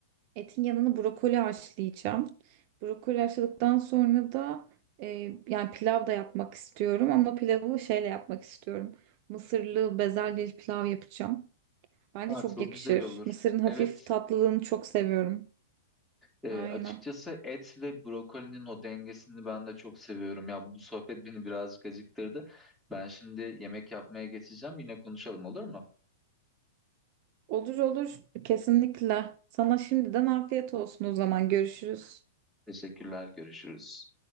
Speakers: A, on the right (about 45°); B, in the centre.
A: Etin yanına brokoli haşlayacağım. Brokoli haşladıktan sonra da e, yani pilav da yapmak istiyorum ama pilavı şeyle yapmak istiyorum. Mısırlı bezelyeli pilav yapacağım. Bence
B: Ha,
A: çok
B: çok
A: yakışır.
B: güzel olur.
A: Mısırın hafif
B: Evet.
A: tatlılığını çok seviyorum.
B: Ee,
A: Aynen.
B: açıkçası et ve brokolinin o dengesini ben de çok seviyorum. Ya bu sohbet beni birazcık acıktırdı. Ben şimdi yemek yapmaya geçeceğim. Yine konuşalım olur mu?
A: Olur olur kesinlikle. Sana şimdiden afiyet olsun o zaman görüşürüz.
B: Teşekkürler, görüşürüz.